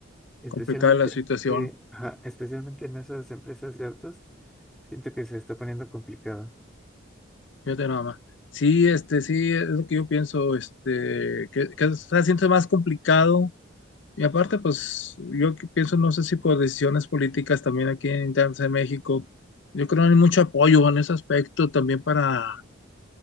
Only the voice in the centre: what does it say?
Especialmente,
eh, ajá, especialmente en esas empresas de autos, siento que se está poniendo complicado.